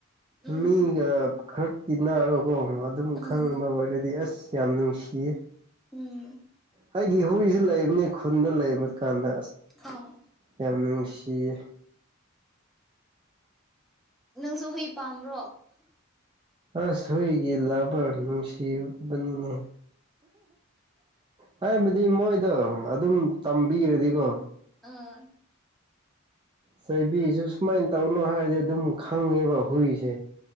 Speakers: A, in the centre; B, on the right (about 25°).
A: ꯎꯝ
B: ꯃꯤꯒ ꯈꯛ ꯇꯤꯟꯅꯔꯒꯀꯣ ꯑꯗꯨꯝ
A: ꯎꯝ
B: ꯈꯪꯕ ꯑꯣꯏꯔꯗꯤ ꯑꯁ ꯌꯥꯝ ꯅꯨꯡꯁꯤꯌꯦ
A: ꯎꯝ
B: ꯑꯩꯒꯤ ꯍꯨꯏꯖꯄ ꯂꯩꯕꯅꯦ ꯈꯨꯟꯗ ꯂꯩꯕ ꯀꯥꯟꯅ
A: ꯑꯥ
B: ꯌꯥꯝꯅ ꯅꯨꯡꯁꯤꯌꯦ
A: ꯅꯪꯁꯨ ꯍꯨꯏ ꯄꯥꯝꯕ꯭ꯔꯣ
B: ꯑꯁ ꯍꯨꯏꯒꯤ ꯂꯕꯔ ꯅꯨꯡꯁꯤꯕꯅꯤꯅꯦ ꯍꯥꯏꯕꯗꯤ ꯃꯣꯏꯗꯣ ꯑꯗꯨꯝ ꯇꯝꯕꯤꯔꯗꯤꯀꯣ
A: ꯑꯥ
B: ꯆꯩꯕꯤꯁꯨ ꯁꯨꯃꯥꯏꯅ ꯇꯧꯅꯣ ꯍꯥꯏꯔꯗꯤ ꯑꯗꯨꯝ ꯈꯪꯉꯦꯕ ꯍꯨꯏꯁꯦ